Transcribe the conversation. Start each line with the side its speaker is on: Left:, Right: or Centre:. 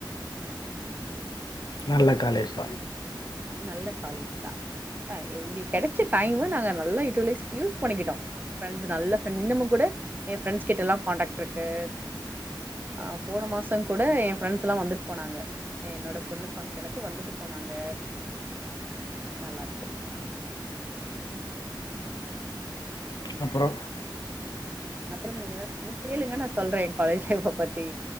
Left: நல்ல காலேஜ் தா
Right: நல்ல காலேஜ்தா அ எங்களுக் கெடச்ச டைம்மு நாங்க நல்ல யூட்டலைஸ் யூஸ் பண்ணிக்கிட்டோ ஃப்ரண்ட்ஸ் நல்ல ஃப்ரண்ட்ஸ் இன்னமு கூட ஏ ப் ஃப்ரெண்ட்ஸ் கிட்டலா கான்டக்ட்ருக்கு அ போன மாச கூட ஏ ஃப்ரெண்ட்ஸ்லா வந்துட் போனாங்க என்னோட பொண்ணு ஃபங்ஷனுக்கு வந்துட்டு போனாங்க நல்லாருக்கு
Left: அப்பற
Right: அப்பற நீங்கதா நீ கேளுங்க நா சொல்றே என் காலேஜ் லைஃப்ப பத்தி